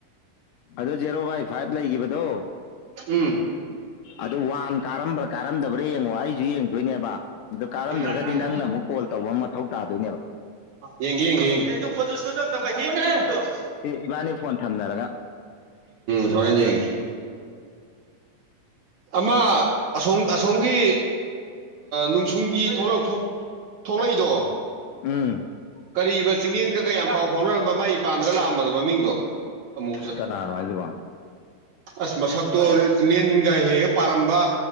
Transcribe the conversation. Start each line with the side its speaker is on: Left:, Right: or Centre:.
Left: ꯑꯗꯨꯣ ꯖꯦꯔꯣ ꯕꯥꯏ ꯐꯥꯏꯚ ꯂꯩꯈꯤꯕꯗꯣ
Right: ꯎꯝ
Left: ꯑꯗꯨ ꯋꯥꯟ ꯀꯥꯔꯝꯕ꯭ꯔꯥ ꯀꯥꯔꯝꯗꯕ꯭ꯔꯥ ꯑꯗ ꯌꯦꯡꯉꯣ ꯑꯩꯁꯨ ꯌꯦꯡꯗꯣꯏꯅꯦꯕ ꯑꯗꯨ ꯀꯥꯔꯝꯗ꯭ꯔꯒꯗꯤ
Right: ꯎꯝ ꯎꯝ
Left: ꯅꯪꯅ ꯑꯃꯨꯛ ꯀꯣꯜ ꯇꯧꯕ ꯑꯃ ꯃꯊꯧ ꯇꯥꯗꯣꯏꯅꯦꯕ
Right: ꯌꯦꯡꯦ ꯌꯦꯡꯒꯦ ꯌꯦꯡꯦꯣ ꯃꯥꯏꯊꯤ
Left: ꯁꯤ ꯏꯕꯥꯅꯤ ꯐꯣꯟ ꯊꯝꯅꯔꯒ
Right: ꯊꯣꯔꯦꯟꯖ ꯑꯃꯣ ꯑꯁꯣꯝꯒꯤ ꯅꯨꯡꯁꯨꯡꯒꯤꯂꯛ ꯊꯣꯛꯂꯛꯏꯗꯣ
Left: ꯎꯝ
Right: ꯀꯔꯤꯕ ꯆꯤꯡꯡꯂꯦꯟꯒꯒ ꯌꯥꯝ ꯄꯥꯎ ꯐꯥꯎꯅꯔꯝꯕ ꯃꯥꯏ ꯏ ꯄꯥꯟꯗꯒ ꯂꯥꯛꯑꯝꯕꯗꯣ ꯃꯃꯤꯡꯗꯣ ꯑꯃꯨꯕꯖꯥ
Left: ꯀꯅꯥꯔ ꯍꯥꯏꯗꯨꯕꯣ
Right: ꯑꯁ ꯃꯁꯛꯇꯣ ꯑꯣꯏꯔꯦ ꯆꯤꯡꯂꯦꯟꯒ ꯍꯦꯛ ꯍꯦꯛ ꯄꯥꯔꯝꯕ